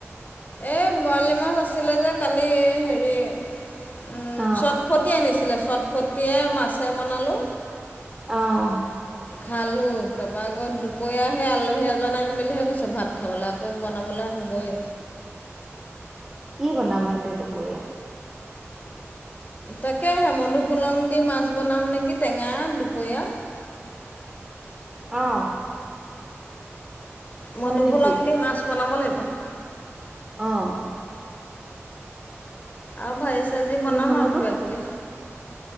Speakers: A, on the left (about 35°); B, on the right (about 15°).
A: এই বৰালি মাছ আছিলে যে কালি হেৰি উম,
B: অ
A: চটফটি আনিছিলে চটফটিয়ে মাছে বনালোঁ।
B: অ'।
A: খালো তাৰপৰা আকৌ দুপৰীয়া হে আলহী এজন আহিম বুলিহে কৈছে ভাত খাবলৈ আকৌ বনাবলৈ হ'বয়ে।
B: কি বনাবা এতিয়া দুপৰীয়া?
A: তাকে মধুসুলং দি মাছ বনাম নেকি টেঙা দুপৰীয়া।
B: আহ
A: মধুসোলং
B: নেকি?
A: দি মাছ বনাব লাগিব
B: আহ
A: আ ভাই চজি বনাামকিবা
B: কোনকণত অ?
A: কিবি